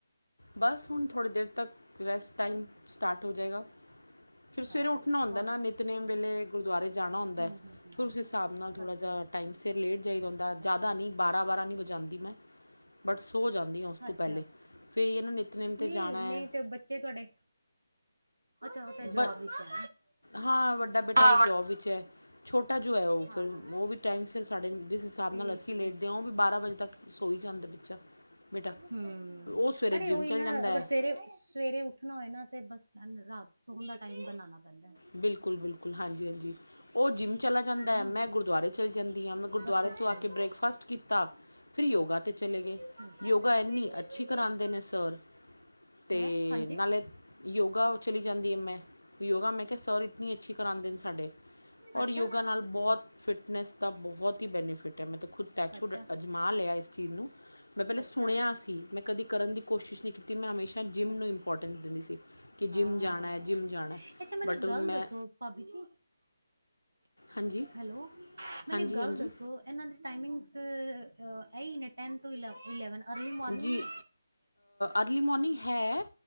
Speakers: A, on the left (about 80°); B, on the right (about 70°).
A: ਬਸ ਹੁਣ ਥੋੜ੍ਹੀ ਦੇਰ ਤੱਕ, ਰੈਸਟ ਟਾਈਮ ਸਟਾਟ ਹੋ ਜਾਏਗਾ। ਫਿਰ ਸਵੇਰੇ
B: ਹਾਂ
A: ਉੱਠਣਾ ਹੁੰਦਾ
B: ਹੋਰ
A: ਨਾ, ਨਿਤਨੇਮ ਵੇਲੇ ਗੁਰਦੁਆਰੇ ਜਾਣਾ ਹੁੰਦਾ,
B: ਹਮ ਹਮ ਹਮ
A: ਫਿਰ
B: ਹਮ
A: ਉਸ ਹਿਸਾਬ ਨਾਲ ਥੋੜ੍ਹਾ
B: ਅੱਛਾ
A: ਜਾ ਟਾਈਮ ਸਿਰ ਲੇਟ ਜਾਈਦਾ ਹੁੰਦਾ, ਜ਼ਾਦਾ
B: ਇਹ ਤੇ ਹੈ
A: ਨਹੀਂ ਬਾਰਾਂ-ਬਾਰਾਂ ਨਹੀਂ ਵਜਾਂਦੀ ਮੈਂ, ਬਟ ਸੌ ਹੋ ਜਾਂਦੀ ਆਂ ਉਸ ਤੋਂ
B: ਅੱਛਾ
A: ਪਹਿਲੇ ਫਿਰ ਇਹ ਨਾ ਨਿਤਨੇਮ 'ਤੇ
B: ਨਹੀਂ-
A: ਜਾਣਾ
B: ਨਹੀਂ
A: ਹੈ
B: ਤੇ ਉਹ ਬੱਚੇ ਤੁਹਾਡੇ, ਅੱਛਾ। ਤੇ ਜੋਬ
A: ਬ,
B: ਵਿੱਚ ਹੈ
A: ਹਾਂ ਵੱਡਾ ਬੇਟਾ
B: ਹਾਂ
A: ਤੇ ਜੋਬ ਵਿੱਚ ਐ। ਛੋਟਾ ਜੋ ਹੈ ਉਹ
B: ਹਾਂ
A: ਫਿਰ
B: ਹਾਂ
A: ਉਹ ਵੀ ਟਾਈਮ ਸਿਰ ਸਾਡੇ ਜਿਸ ਹਿਸਾਬ
B: ਠੀਕ
A: ਨਾਲ ਅਸੀਂ
B: ਠੀਕ
A: ਲੇਟਦੇ
B: ਠੀਕ
A: ਹਾਂ, ਉਹ
B: ਠੀਕ
A: ਵੀ ਬਾਰਾਂ ਵਜੇ ਤੱਕ ਸੋਈ ਜਾਂਦਾ ਬੱਚਾ। ਬੇਟਾ
B: ਹੂੰ,
A: ਉਹ ਸਵੇਰੇ
B: ਅਰੇ
A: ਜਿੰਮ
B: ਓਹੀ
A: ਚਲ
B: ਨਾ
A: ਜਾਂਦਾ ਹੈ
B: ਅਗਰ ਸਵੇਰੇ ਸਵੇਰੇ ਉੱਠਣਾ ਹੋਏ ਨਾ ਤੇ ਬਸ ਰਾਤ ਸੋਣ ਦਾ ਟਾਈਮ ਬਣਾਣਾ ਪੈਂਦਾ।
A: ਬਿਲਕੁਲ-ਬਿਲਕੁਲ, ਹਾਂਜੀ-ਹਾਂਜੀ। ਓ ਜਿੰਮ ਚਲਾ ਜਾਂਦਾ।
B: ਹਨਾ। ਹਨਾ,
A: ਮੈਂ ਗੁਰਦੁਆਰੇ ਚਲੀ ਜਾਂਦੀ ਆ ਮੈਂ ਗੁਰਦੁਆਰੇ
B: ਬਸ ਐਸੇ
A: ਤੋਂ ਆ
B: ਹੀ।
A: ਕੇ ਬ੍ਰੇਕਫਾਸਟ ਕੀਤਾ। ਫਿਰ ਯੋਗਾ ਤੇ ਚਲੇ
B: ਹੂੰ,
A: ਗਏ।
B: ਹੂੰ।
A: ਯੋਗਾ ਇੰਨੀ ਐਨੀ ਅੱ ਛੀ ਕਰਾਂਦੇ ਨੇ ਸਰ, ਤੇ
B: ਹੈਂ, ਹਾਂਜੀ।
A: ਨਾਲੇ ਯੋਗਾ ਚਲੀ ਜਾਂਦੀ ਆ ਮੈਂ ਯੋਗਾ ਮੈਂ ਕਿਹਾ ਸਰ ਇਤਨੀ ਅੱਛੀ ਕਰਾਂਦੇ ਨੇ ਸਾਡੇ
B: ਅੱਛਾ।
A: ਔਰ ਯੋਗਾ ਨਾਲ ਬਹੁਤ ਫਿਟਨੈਸ ਦਾ ਬਹੁਤ ਹੀ ਬੈਨੀਫਿਟ ਐ ਮੈਂ ਖੁਦ ਟੱਚ
B: ਅੱਛਾ,
A: ਅਜਮਾ ਲਿਆ ਇਸ ਚੀਜ਼ ਨੂੰ ਮੈਂ ਪਹਿਲੇ ਸੁਣਿਆ
B: ਅੱਛਾ,
A: ਸੀ। ਮੈਂ ਕਦੀ ਕਰਨ ਦੀ ਕੋਸ਼ਿਸ਼ ਨਹੀਂ ਕੀਤੀ। ਮੈਂ ਹਮੇਸ਼ਾ ਜਿੰਮ
B: ਅੱਛਾ।
A: ਨੂੰ ਇੰਪੋਰਟੈਂਸ ਦਿੰਦੀ ਸੀ। ਕਿ ਜਿੰਮ
B: ਹਾਂ
A: ਜਾਣਾ, ਜਿੰਮ ਜਾਣਾ।
B: ਅੱਛਾ। ਮੈਨੂੰ
A: ਬਟ
B: ਇੱਕ
A: ਹੁਣ
B: ਗੱਲ
A: ਮੈਂ
B: ਦੱਸੋ ਭਾਬੀ ਜੀ
A: ਹਾਂਜੀ
B: ਹੈਲੋ, ਮੈਨੂੰ
A: ਹਾਂਜੀ
B: ਇੱਕ ਗੱਲ
A: ਹਾਂਜੀ
B: ਦੱਸੋ? ਇਹਨਾਂ ਦੇ ਟਾਈਮਿੰਗਸ ਇਹੀ ਨੇ ਟੈਨ ਟੂ ਇ- ਇਲੈਵਨ ਅਰਲੀ ਮੋਰਨਿੰਗ
A: ਜੀ
B: ਨੇ
A: ਅਰਲੀ ਮੋਰਨਿੰਗ ਹੈ।